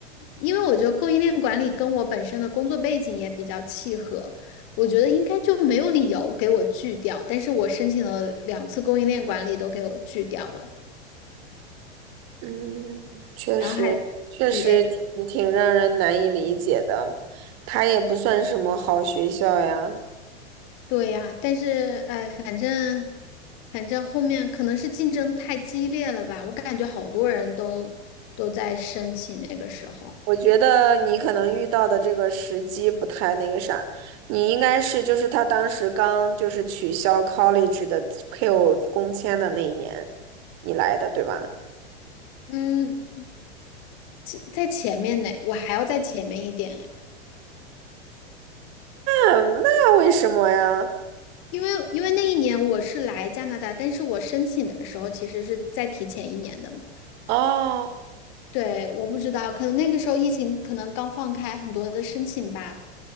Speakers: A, on the left; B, on the right.
A: 因为我觉得供应链管理跟我本身的工作背景也比较契合，我觉得应该就没有理由给我拒掉。但是我申请了两次供应链管理都给我拒掉了，
B: 嗯，确实确实挺挺让人难以理解的。
A: 然后还 BA，
B: 它也不算什么好学校呀。
A: 对呀，但是哎，反正反正后面可能是竞争太激烈了吧，我感觉好多人都都在申请那个时候，
B: 我觉得你可能遇到的这个时机不太那个啥，你应该是就是他当时刚就是取消 college 的配偶工签的那一年，你来的，对吧？
A: 嗯，其在前面呢，我还要在前面一点哎
B: 嗯那那为什么呀？
A: 因为因为那一年我是来加拿大，但是我申请的时候其实是再提前一年的嘛。
B: 哦，
A: 对，我不知道，可能那个时候疫情可能刚放开，很多的申请吧，